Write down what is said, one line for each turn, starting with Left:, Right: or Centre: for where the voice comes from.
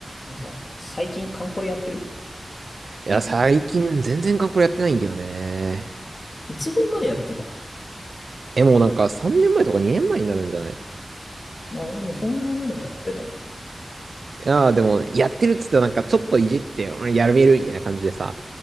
Left: あのさ、最近カンコレやってる
Right: いや、最近全然ガンプラやってないんだよね。
Left: いつ頃までやってた
Right: え、もうなんか3年前とか2年前になるんじゃない
Left: あ、でもそんぐらいまではやってたのか。
Right: いやー、でも、やってるっつってなんかちょっといじって、うんやめるみたいな感じでさ、